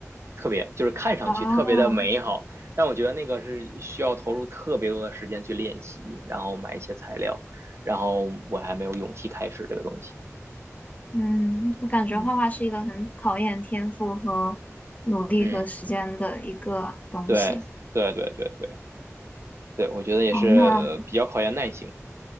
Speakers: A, on the right (about 55°); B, on the left (about 30°).
A: 特别，就是看上去特别的美好，
B: 啊。
A: 但我觉得那个是需要投入特别多的时间去练习，然后买一些材料，然后我还没有勇气开始这个东西。
B: 嗯，我感觉画画是一个很考验天赋和努力和时间的一个东西。
A: 嗯嗯，对对对对对。对，我觉得也是呃比较考验耐性。
B: 好，那